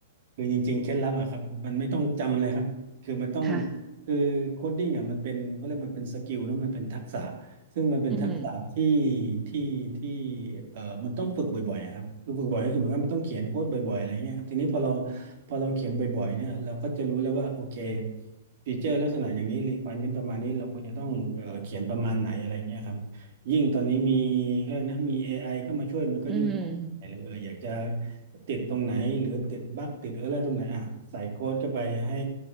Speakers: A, on the right (about 60°); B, on the right (about 20°).
A: คือจริงๆเคล็ดลับอะครับมันไม่ต้องจำเลยครับคือมันต้อง
B: ค่ะ
A: คือโคดดิ้งอะมันเป็นเขาเรียกมันเป็นสกิลเนอะมันเป็นทักษะซึ่งมันเป็นทักษะที่
B: อืม
A: ที่ที่เอ่อมันต้องฝึกบ่อยๆอะครับคือฝึกบ่อยก็คือหมายความว่ามันต้องเขียนโค้ดบ่อยๆอะไรเงี้ยครับทีนี้พอเราพอเราเขียนบ่อยๆเนี่ยเราก็จะรู้แล้วว่าโอเคฟีเจอร์ลักษณะอย่างนี้ requirement ประมาณนี้เราควรจะต้องเอ่อเขียนประมาณไหนอะไรเงี้ยครับยิ่งตอนนี้มีก็นะมี AI ก็มาช่วยมันก็ยิ่งง่ายเลยเอออยากจะ
B: อืม
A: ติดตรงไหนหรือติดบั๊กติดเออร์เลอร์ตรงไหนอ่ะใส่โค้ดเข้าไปให้